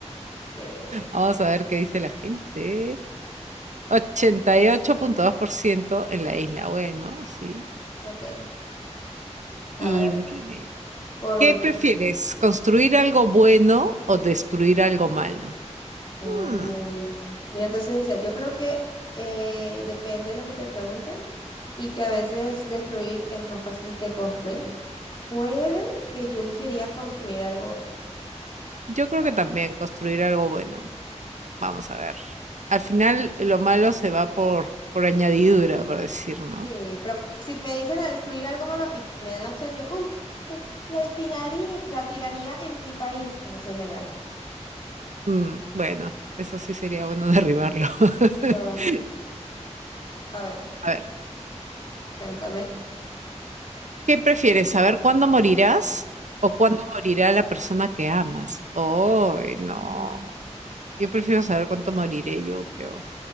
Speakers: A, on the left (about 45°); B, on the right (about 80°).
A: Sí,
B: Vamos a ver qué dice la gente. 88.2% en la isla. Bueno, sí.
A: ok. A
B: Y
A: ver,
B: dime,
A: por
B: ¿qué
A: último.
B: prefieres? ¿Construir algo bueno o destruir algo malo?
A: Uy.
B: Hmm,
A: Mira, entonces, en serio, yo creo que eh, depende de lo que te pregunten y que a veces destruir es más fácil que construir. Puede que yo elegiría construir algo bueno.
B: yo creo
A: Ah,
B: que también construir algo bueno. Vamos a ver. Al final, lo malo se va por, por añadidura, por decir, ¿no?
A: Sí, pero si me dicen a destruir algo malo y me dan la opción, yo, uy, eh, la tiraní- la tiranía en mi país. Eso sería genial.
B: Mm, bueno, eso sí sería bueno derribarlo. <laughs>
A: Ah, a ver,
B: A ver.
A: cántame.
B: ¿Qué prefieres? ¿Saber cuándo morirás o cuándo morirá la persona que amas? Ay, no.
A: Ujú.
B: Yo prefiero saber cuánto moriré yo, creo.